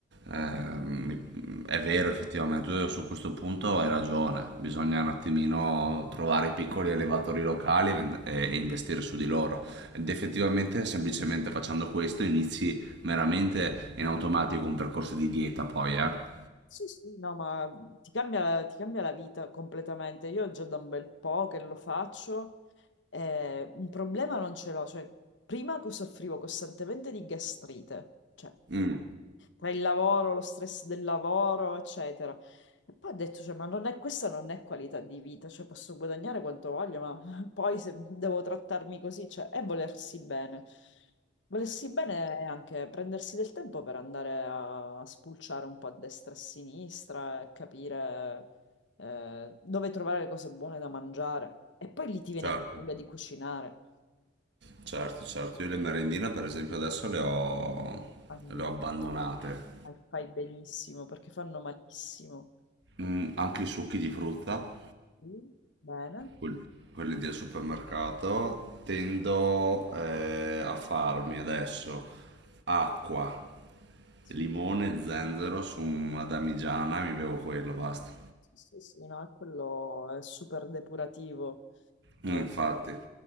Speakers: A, on the right; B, on the left.
A: eh, mi- è vero effettivamente, tu su questo punto hai ragione, bisogna un attimino trovare i piccoli allevatori locali e, vend- e- e investire su di loro ed effettivamente semplicemente facendo questo inizi veramente in automatico un percorso di dieta poi, eh.
B: Sì, sì, no, ma ti cambia, ti cambia la vita completamente. Io già da un bel po' che lo faccio, eh, un problema non ce l'ho. Cioè, prima che soffrivo costantemente di gastrite, cioè
A: Mm,
B: tra il lavoro, lo stress del lavoro, eccetera. E poi ho detto, cioè, ma non è, questa non è qualità di vita, cioè posso guadagnare quanto voglio, ma <laughs> poi se devo trattarmi così, cioè, è volersi bene. Volersi bene è anche prendersi del tempo per andare a spulciare un po' a destra e a sinistra e capire eh, dove trovare le cose buone da mangiare. E poi lì ti viene
A: certo.
B: anche voglia di cucinare.
A: Certo, certo, io le merendine per esempio adesso le ho,
B: Quindi
A: le ho abbandonate.
B: eh, fai benissimo perché fanno malissimo.
A: Mm, anche i succhi di frutta,
B: Sì, Bene.
A: quel- quelli del supermercato, tendo eh, a farmi adesso acqua,
B: Sì,
A: limone, zenzero su una damigiana e mi bevo quello, basta.
B: sì, sì, sì, no, è quello è super depurativo. Eh,
A: Mm, Infatti,